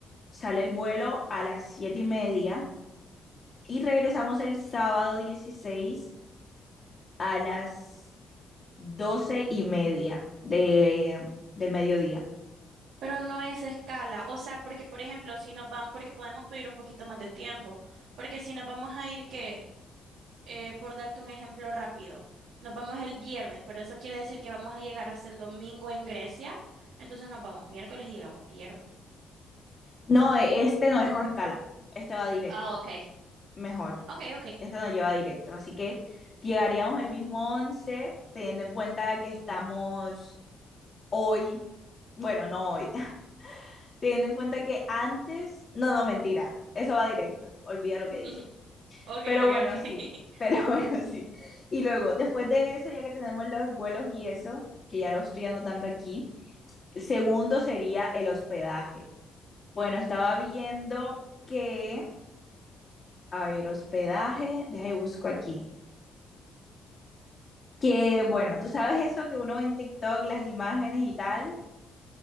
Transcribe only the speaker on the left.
sale el vuelo a las siete y media y regresamos el sábado 16 a las 12 y media de, del mediodía.
No, e- este no es con escala, este va directo,
mejor,
este nos lleva directo, así que llegaríamos el mismo once teniendo en cuenta que estamos hoy, bueno, no hoy, teniendo en cuenta que antes, no, no, mentira, eso va directo, olvida lo que
dije.
Pero
bueno,
sí, <laughs>
pero bueno, sí. Y luego, después de eso, ya que tenemos los vuelos y eso, que ya lo estoy anotando aquí, el segundo sería el hospedaje. Bueno, estaba viendo que, a ver, hospedaje, deja y busco aquí. Que bueno, tú sabes eso que uno ve en TikTok, las imágenes y tal.